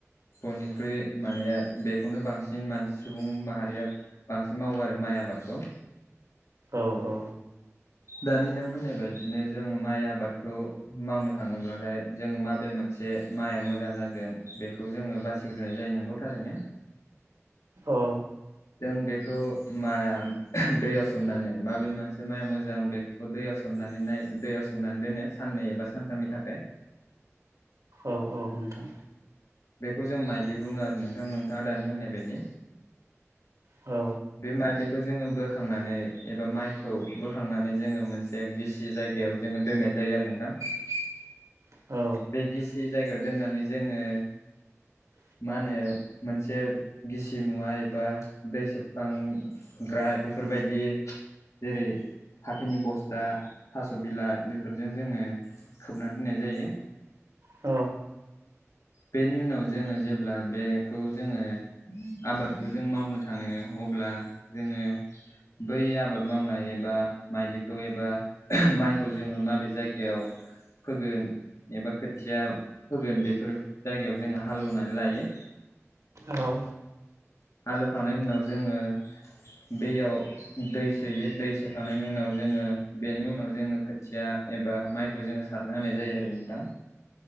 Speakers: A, on the left; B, on the right.
A: बयनिख्रुइ माने बेखौनो बांसिन मानसि सुबुं माहारिया बांसिन मावो आरो माइ आ बादखौ।
B: औ औ।
A: दानि नों होननाय बायदिनो जोङो माइ आबादखौ मावनो थाङोब्लाथाय जों माबे मोन से माइआ मोजां जागोन बेखौ जोङो बासिग्रोनाय जायो नंगौ थारैनो।
B: औ।
A: जों बेखौ मा दैयाव सोमनानै माबे मोनसे माइया मोजां बेखौ दैयाव सोमनानै नाय दैयाव सोमनानै दोनो साननै एबा सानथामनि थाखाय।
B: औ औ नोंथां।
A: बेखौ जों माइज्लि बुङो आरो नोंथां नोंथाङा दानि होननाय बायदि।
B: औ।
A: बे माइलिखौ जोङो बोखांनानै एबा माइखौ बोखांनानै जोङो मोनसे गिसि जाय गायाव जोङो दोननाय जायो आरो नोंथां।
B: <inaudible> औ
A: बे गिसि जायगायाव दोननानै जोङो
B: <inaudible>
A: मा होनो मोनसे गिसि मुवा एबा दै सोबखांग्रा बेफोरबायदि जेरै फाथोनि बस्था थास' बिलाइ बेफोरजों जोङो खोबना दोननाय जायो।
B: औ।
A: बेनि उनाव जोङो जेब्ला बेखौ जोङो आबादखौ जों मावनो थाङो अब्ला आह जोङो बै आबाद मावनाय एबा माइलिखौ एबा माइखौ जोङो माबे जायगायाव फोगोन एबा खोथिया फोगोन बेफोर जायगायाव जोङो हालेवनानै लायो।
B: औ।
A: हालेवखांनायनि उनाव जोङो दैयाव दै सोयो। दै सोखांनायनि उनाव जोङो बेनि उनाव जोङो खोथिया एबा माइखौ जोङो सारना होनाय जायो आरो नोंथां।